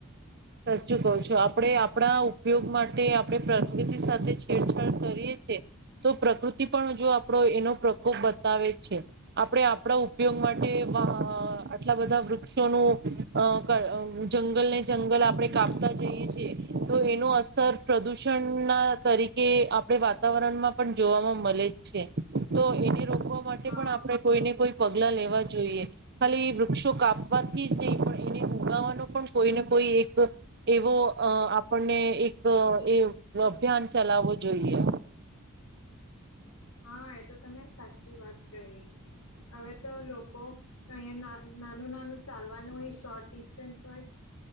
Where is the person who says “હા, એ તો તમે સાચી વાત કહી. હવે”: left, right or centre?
Left